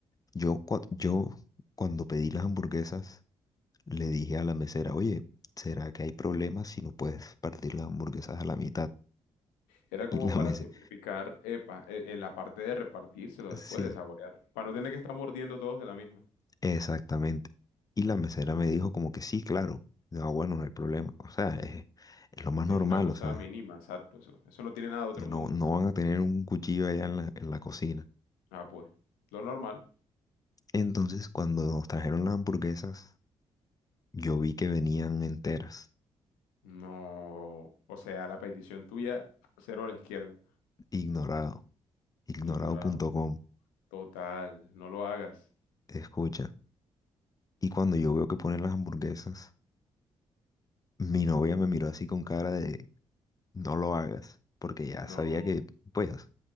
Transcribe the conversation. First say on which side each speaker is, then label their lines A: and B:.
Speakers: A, on the left; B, on the left.
A: Yo, cua- yo cuando pedí las hamburguesas le dije a la mesera, oye, ¿será que hay problemas si no puedes partir las hamburguesas a la mitad?
B: Era
A: Y
B: como
A: la
B: para
A: <laughs> mesera,
B: simplificar, epa, e- en la parte de repartírselo después
A: sí.
B: de saborear, para no tener que estar mordiendo todos de la misma.
A: Exactamente. Y la mesera me dijo como que sí, claro. Digo, "Ah, bueno, no hay problema. O sea, es, es lo más
B: Es
A: normal.
B: una cosa
A: O sea,
B: mínima, exacto, eso. Eso no tiene nada de otro
A: no,
B: mundo.
A: no van a tener un cuchillo allá en la, en la cocina.
B: Ah, pues, lo normal.
A: Entonces, cuando nos trajeron las hamburguesas, yo vi que venían enteras.
B: No, o sea, la petición tuya, cero a la izquierda.
A: Ignorado. Ignorado
B: Ignorado.
A: punto com.
B: Total, no lo hagas.
A: Escucha. Y cuando yo veo que ponen las hamburguesas, mi novia me miró así con cara de no lo hagas. Porque ya
B: No,
A: sabía que, pues,